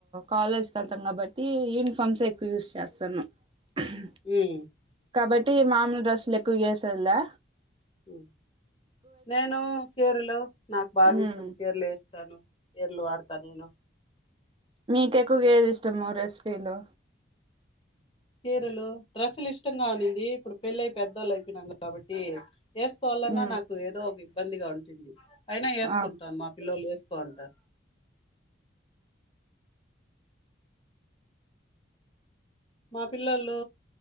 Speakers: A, on the right; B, on the left.
A: కాలేజ్ కి వెళ్తం గాబట్టి యూనిఫామ్స్ ఏ ఎక్కువ యూస్ చేస్తాను. ఉహ్
B: డ్రస్సు
A: కాబట్టి మామూలు డ్రస్సులు ఎక్కువ ఏసేద్లా
B: ఉమ్ నేను చీరలు నాకు బాగా
A: ఉమ్
B: ఇష్టం. చీరలు ఏస్తాను. ఎర్లు వాడతా నేను
A: మీకు ఎక్కువగా ఏది ఇష్టము రెసిపీలు
B: చీరలు, డ్రస్లు ఇష్టంగా ఉండింది ఇప్పుడు పెళ్ళయి పెద్దోళ్ళు అయిపోయినరూ కాబట్టి ఏసుకోవాలన్నా
A: ఉమ్
B: నాకు ఏదో ఒక ఇబ్బందిగా ఉంటుంది. అయినా ఏసుకుంటాను
A: ఆ
B: మా పిల్లలు ఏ కొంటారు మా పిల్లోల్లు